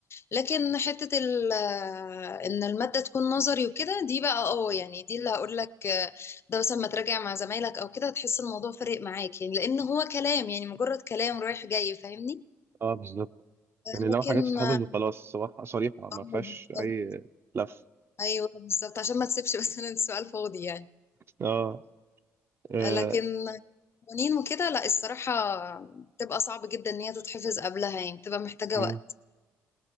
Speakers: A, on the left; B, on the right.
A: لكن حتة ال آه، ان المادة تكون نظري وكده دي بقى اه يعني دي اللي هقول لك ده مثلا ما تراجع مع زمايلك او كده هتحس الموضوع فارق معاك يعني لان هو كلام يعني مجرد كلام رايح جاي فاهمني
B: اه بالظبط
A: لكن
B: يعني لو حاجات تتحفظ
A: اه
B: وخلاص صراحه صريحه ما
A: آه،
B: فيهاش
A: بالظبط
B: اي لف
A: ايوه بالظبط عشان ما تسيبش مثلا السؤال فاضي يعني
B: اه آه،
A: لكن قوانين وكده لا الصراحة بتبقى صعب جدا ان هي تتحفظ قبلها يعني بتبقى محتاجة
B: امم
A: وقت